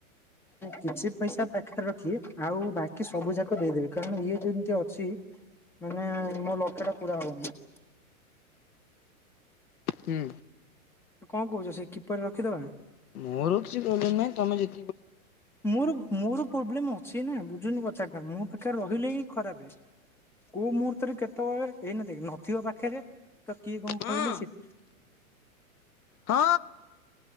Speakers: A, in the centre; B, on the left.
A: କିଛି ପଇସା ପାଖରେ ରଖି ଆଉ ବାକି ସବୁ ଯାକ ଦେଇଦେବି କାରଣ ଇଏ ଯେମିତି ଅଛି ମାନେ ମୋ ଲକ୍ଷ ଟା ପୁରା ହବନି।
B: ହୁଁ।
A: ତୁ କଣ କହୁଛ ସେ କିପରିରେ ରଖିଦବା।
B: ମୋର କିଛି ପ୍ରୋବ୍ଲେମ ନାହିଁ ତମେ ଯେ
A: ମୋର ମୋର ପ୍ରୋବ୍ଲେମ ଅଛି ନା ବୁଝୁନି କଥା ଆ ମୋ ପାଖରେ ରହିଲେ ହି ଖରାପ ।କୋଉ ମୁହୂର୍ତ୍ତରେ କେତେବେଳେ ଏଇନେ ଦେଖେ ନଥିବ ପାଖରେ ତ କିଏ କଣ
B: ହଁ
A: କହିଲେ ଶୀତ
B: ହଁ।